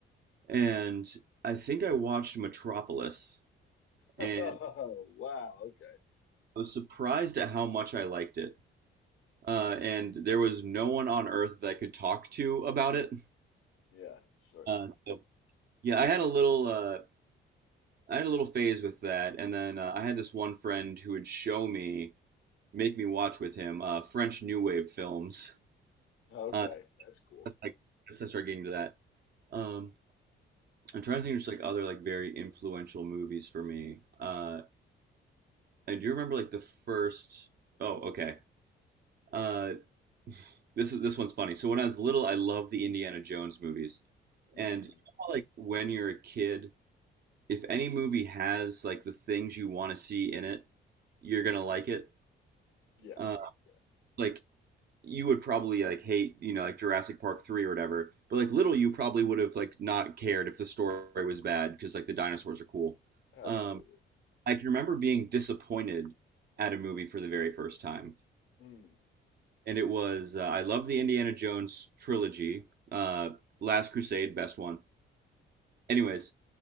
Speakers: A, on the right; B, on the left.
A: and I think I watched Metropolis,
B: Oh,
A: and
B: Wow, okay.
A: I was surprised at how much I liked it. Uh, and there was no one on earth that I could talk to about it.
B: Yeah, sure.
A: Uh, so yeah, I had a little uh, I had a little phase with that, and then uh, I had this one friend who would show me, make me watch with him, uh, French New Wave films.
B: Okay,
A: Uh,
B: that's cool.
A: that's like that's I started getting to that. Um, I'm trying to think of just like other like very influential movies for me. Uh, I do remember like the first. Oh, okay. Uh, This is this one's funny. So when I was little, I loved the Indiana Jones movies.
B: hmm
A: And you know how, like when you're a kid, if any movie has like the things you want to see in it, you're gonna like it.
B: Yeah,
A: Uh,
B: yeah,
A: like you would probably like hate, you know, like Jurassic Park 3 or whatever. But like little you probably would have like not cared if the story was bad because like the dinosaurs are cool.
B: absolutely.
A: Um, I can remember being disappointed at a movie for the very first time.
B: Mm,
A: and it was uh, I love the Indiana Jones trilogy. Uh, Last Crusade, best one. Anyways,